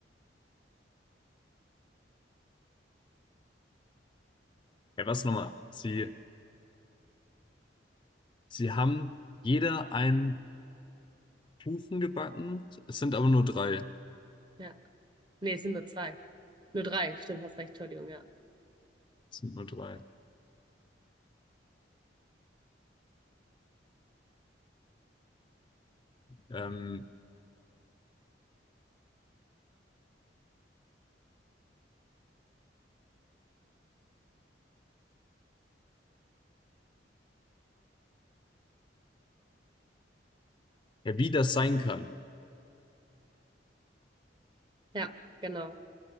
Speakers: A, on the left; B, on the right.
A: Ja, was nochmal? Sie, sie haben jeder einen Kuchen gebacken. Es sind aber nur drei.
B: Ja. Nee, es sind nur zwei. Nur drei, stimmt, hast recht, Entschuldigung, ja.
A: Es sind nur drei. Ähm, ja, wie das sein kann.
B: Ja, genau.